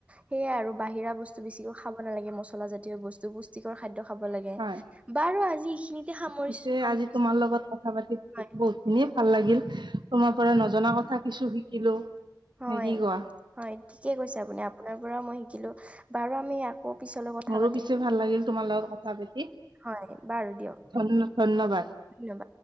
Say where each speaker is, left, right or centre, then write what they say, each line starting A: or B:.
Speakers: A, on the right; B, on the right.
A: সেয়াই আৰু বাহিৰা বস্তু বেছিকৈ খাব নালাগে মচলা জাতীয় বস্তু পুষ্টিকৰ খাদ্য খাব লাগে
B: হয়
A: বাৰু আজি এইখিনিতে সামৰিছো
B: পিছে
A: আমি
B: আজি তোমাৰ লগত কথা পাতি
A: হয়
B: বহুতখিনি ভাল লাগিল তোমাৰ পৰা নজনা কথা কিছু শিকিলো
A: হয়
B: নে কি কোৱা
A: হয় ঠিকে কৈছে আপুনি আপোনাৰ পৰাও মই শিকিলো বাৰু আমি পিছলৈ কথা
B: মোৰো
A: পাতিম
B: পিছে ভাল লাগিল তোমাৰ লগত কথা পাতি
A: হয় বাৰু দিয়ক
B: ধন ধন্যবাদ
A: ধন্যবাদ।